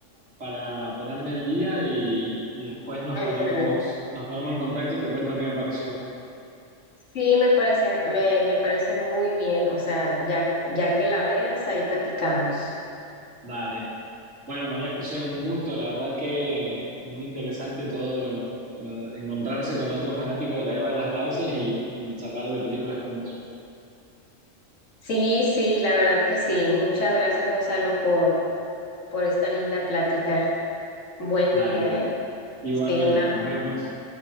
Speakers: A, on the right (about 65°); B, on the left (about 75°).
A: para ponerme al día y, y después nos
B: Ujú.
A: ponemos, nos ponemos en contacto y te cuento qué me pareció.
B: Sí, me parece, me, me parece muy bien. O sea, ya, ya que la veas, ahí platicamos.
A: Dale. Bueno, María José, un gusto, la verdad que muy interesante todo lo, lo- encontrarse con otro fanático de la Guerra de las Galaxias y, y charlar de películas con vos.
B: Sí, sí, la verdad que sí. Muchas gracias, Gonzalo, por, por esta linda plática. Buen
A: Dale,
B: día, ¿eh?
A: igualmente,
B: Sí, una
A: nos vemos.